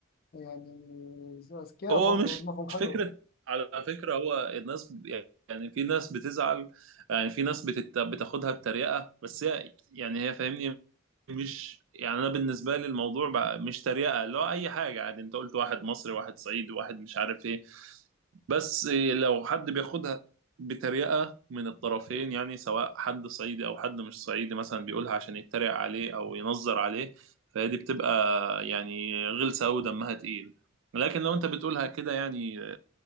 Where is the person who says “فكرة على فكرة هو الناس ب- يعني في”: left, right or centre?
Right